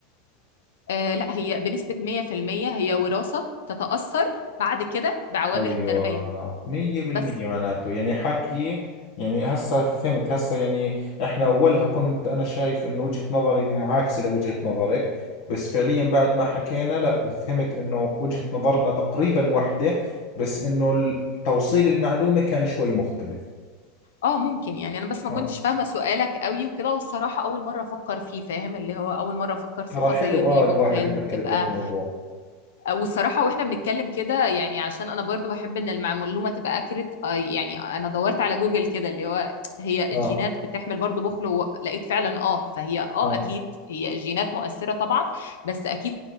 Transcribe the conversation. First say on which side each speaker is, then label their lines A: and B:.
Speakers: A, on the left; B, on the left.
A: آه لا هي بنسبة 100% هي وراثة تتأثر بعد كده بعوامل
B: ايوه
A: التربية
B: مية بالمية
A: بس
B: معناته يعني حكي يعني هسا فهمت هسا يعني احنا اولها كنت انا شايف انه وجهة نظري معاكسة لوجهة نظرك بس فعليا بعد ما حكينا لا فهمت انه وجهة نظرنا تقريبا واحدة بس انه ال- توصيل المعلومة كان شوي مختلف
A: اه ممكن يعني انا بس ما
B: اه
A: كنتش فاهمة سؤالك قوي وكده والصراحة اول مرة افكر فيه فاهم اللي هو اول مرة افكر صفة
B: ترى حلو
A: زي دي
B: اه الواحد
A: ممكن
B: يفكر
A: تبقى
B: بهيك موضوع
A: آه، والصراحة واحنا بنتكلم كده يعني عشان انا برضو بحب ان المعلومة تبقى اكرت يعني انا دورت على جوجل كده اللي هو هي
B: اه
A: الجينات بتحمل برضو بخل ولقيت فعلا اه فهي اه
B: اه
A: اكيد هي الجينات مؤثرة طبعا بس اكيد